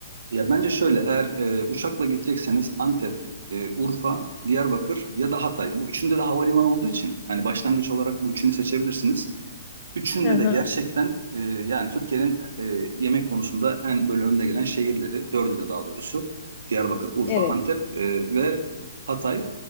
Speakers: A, on the right (about 80°); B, on the left (about 30°).
A: Ya bence şöyle eğer e, uçakla gidecekseniz Antep, e, Urfa, Diyarbakır ya da Hatay. Bu üçünde de havalimanı olduğu için hani başlangıç olarak bu üçünü seçebilirsiniz. Üçünde
B: Hı hı.
A: de gerçekten e, yani Türkiye'nin e, yemek konusunda en böyle önde gelen şehirleri, dördü de daha doğrusu Diyarbakır, Urfa,
B: Evet.
A: Antep e, ve Hatay.